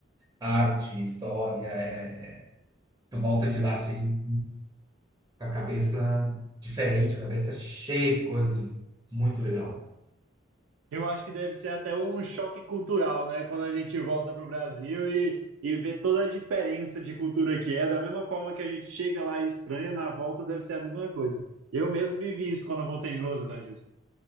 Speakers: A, on the right; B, on the right.
A: arte, história. é- é- tu volta de lá assim, com a cabeça diferente, a cabeça cheia de coisas. né? Muito legal.
B: Eu acho que deve ser até um choque cultural, né? Quando a gente volta para o Brasil e, e vê toda a diferença de cultura que é, da mesma forma que a gente chega lá e estranha, na volta deve ser a mesma coisa. Eu mesmo vivi isso quando eu voltei de Los Angeles.